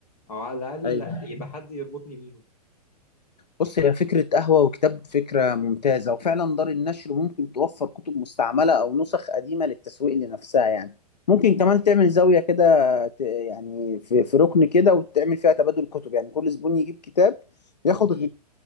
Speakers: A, on the left (about 65°); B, on the left (about 85°).
A: أو على الأقل
B: ايوه
A: يبقى حد يربطني بيهم
B: بص هي فكرة قهوة وكتاب فكرة ممتازة وفعلا دار النشر ممكن توفر كتب مستعملة أو نسخ قديمة للتسويق لنفسها يعني ممكن كمان تعمل زاوية كده ت- يعني في, في ركن كده وتعمل فيها تبادل كتب يعني كل زبون يجيب كتاب ياخد غي...